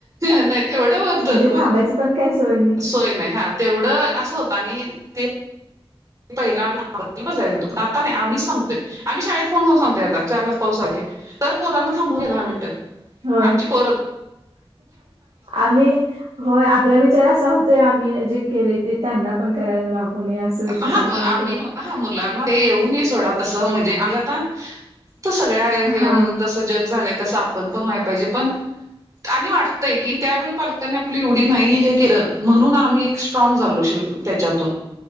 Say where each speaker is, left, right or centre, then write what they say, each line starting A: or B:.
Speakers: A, on the right (about 35°); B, on the right (about 85°).
A: नाही तेवढं होतच
B: म्हणजे थांबायच पण काही सोय नाही
A: सोय नाही हा तेवढं असं होत आणि ते ते पहिला आम मारालाच जायच होतो पण आम्च सांगतय आम्ही शाळेत फोनून सांगतोय आता चार ला पावसाखे तर पोरांना थांबूया दहा मिनटं
B: होय
A: आमची पोर
B: आम्ही होय आपला विचार असा होतोय आम्ही जे केले ते त्यांना पण करायला लागू नये असं विचार
A: हा
B: होतोय
A: मग
B: आपला
A: आम्ही म्हण हा मुलांना ते येऊन सोडत त म्हणजे आता सगळ्या
B: हा
A: जस जग झालंय तस पण पण व्हाय पाहिजे पण आणि वाटतय की त्यावेळी पालकांनी आपली एवढी नाही हे केलं म्हणून आम्ही एक स्ट्रॉग झालो श त्यात